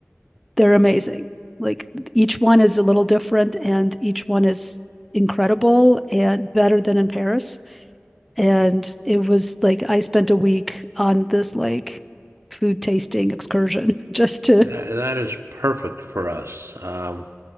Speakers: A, in the centre; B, on the right (about 85°).
A: they're amazing. Like each one is a little different and each one is incredible and better than in Paris. And it was like I spent a week on this like food tasting excursion <laughs> just to
B: That, that is perfect for us. Um,